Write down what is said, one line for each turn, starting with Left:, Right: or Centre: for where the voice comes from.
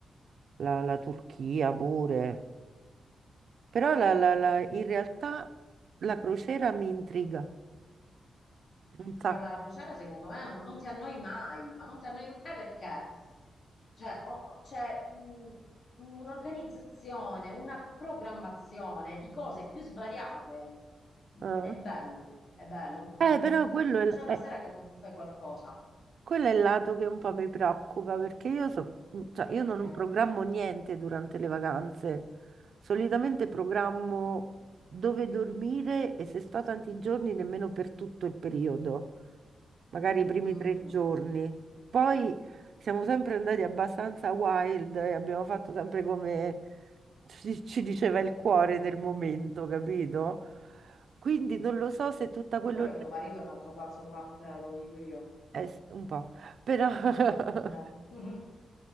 Right: la, la Turchia pure, però la- la- la- in realtà la crociera mi intriga un sacco.
Left: Guarda, la crociera secondo me non, non ti annoi mai, ma non ti annoi mai perché cioè, o- o- c'è mm, un'organizzazione, una programmazione di cose più svariate.
Right: Eh,
Left: È bello, è bello, non,
Right: Eh, però quello
Left: non- non
Right: è,
Left: c'è una
Right: è-
Left: sera che non fai qualcosa.
Right: Quello è il lato che un po' mi preoccupa perché io, so- mhmm, cioè,
Left: Perché?
Right: io non programmo niente durante le vacanze. Solitamente programmo dove dormire e se sto tanti giorni nemmeno per tutto il periodo, magari i primi
Left: Mm,
Right: tre giorni. Poi siamo sempre andati abbastanza wild e abbiamo fatto sempre come ci, ci diceva il cuore nel momento, capito? Quindi non lo so se tutta
Left: ma
Right: quella
Left: quello è tuo marito, è un altro pazzo come te, te lo dico io.
Right: eh, s- un po', però... <laughs>
Left: Eh, mhm.